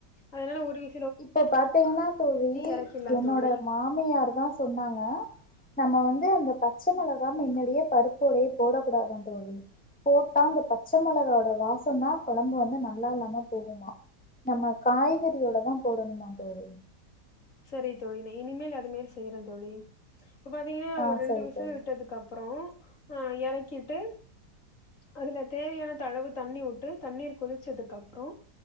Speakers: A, on the left (about 45°); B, in the centre.
A: அதனால ஒரு வி
B: இப்ப பாத்தீங்கன்னா தோழி
A: எறக்கிட்லா
B: என்னோட
A: தோழி
B: மாமியார் தா சொன்னாங்க நம்ம வந்து அந்த பச்சை மிளகா மின்னாடியே பருப்போடையே போடக்கூடாதான் தோழி போட்டா அந்த பச்சை மிளகாவோட வாசம்னா குழம்பு வந்து நல்லா இல்லாம போகுமா நம்ம காய்கறியோட தான் போடணும்மா தோழி
A: செரி தோழி இனிமேல் அது மேரி செய்யறே தோழி இப்ப பாத்தீங்கன்னா
B: ஆ
A: ஒரு ரெண்டு
B: சரி
A: விசில்
B: தோழி
A: விட்டதுக்கு அப் அப்பறோ ஆ‌ எறக்கிட்டு அதுல தேவையான தளவு தண்ணி வுட்டு தண்ணீர் கொதிச்சதுக்கு அப்பறோ